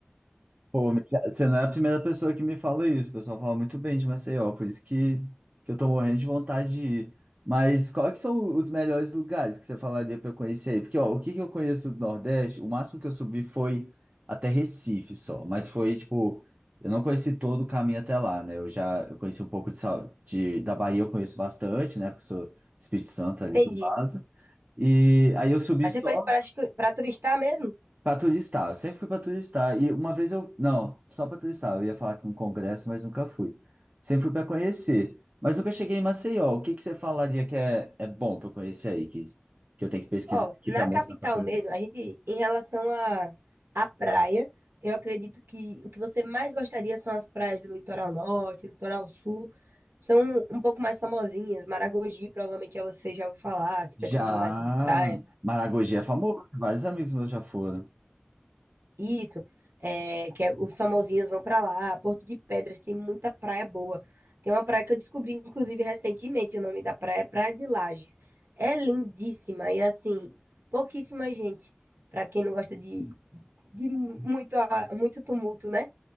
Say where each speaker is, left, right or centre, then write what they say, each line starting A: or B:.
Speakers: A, on the right (about 40°); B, on the right (about 65°).
A: Pô, Michel, você não é a primeira pessoa que me fala isso. O pessoal fala muito bem de Maceió, por isso que, que eu tô morrendo de vontade de ir. Mas quais que são os melhores lugares que você falaria para eu conhecer aí? Porque, ó, o que que eu conheço do Nordeste, o máximo que eu subi foi até Recife só, mas foi, tipo, eu não conheci todo o caminho até lá, né? Eu já eu conheci um pouco de, Sal- de- da Bahia, eu conheço bastante, né? Porque sou Espírito Santo ali
B: Entendi.
A: do lado. E aí eu subi
B: Mas
A: só
B: você foi para para turistar mesmo?
A: Pra turistar, eu sempre fui pra turistar. E uma vez eu. Não, só pra turistar. Eu ia falar que um congresso, mas nunca fui. Sempre fui pra conhecer. Mas nunca cheguei em Maceió. O que que você falaria que é, é bom pra eu conhecer aí? Que, que eu tenho que pesquisar
B: Ó,
A: aqui
B: na
A: pra mostrar
B: capital
A: pra todo
B: mesmo,
A: mundo.
B: a gente, em relação à à praia, eu acredito que o que você mais gostaria são as praias do litoral norte, litoral sul, são um pouco mais famosinhas. Maragogi, provavelmente já você já ouviu falar, se
A: Já.
B: pesquisou mais sobre praia.
A: Maragogi é famoso, vários amigos meus já foram.
B: Isso, é, que é- os famosinhos vão pra lá. Porto de Pedras tem muita praia boa. Tem uma praia que eu descobri, inclusive, recentemente. O nome da praia é Praia de Lages. É lindíssima e, assim, pouquíssima gente. Pra quem não gosta de, de muito, a- muito tumulto, né?